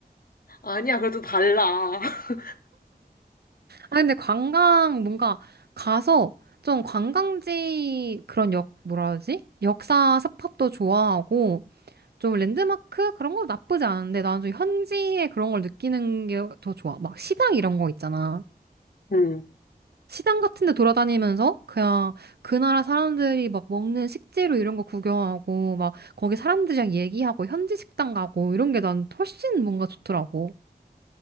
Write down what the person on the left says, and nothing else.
아니야, 그래도 달라. <laughs>
음.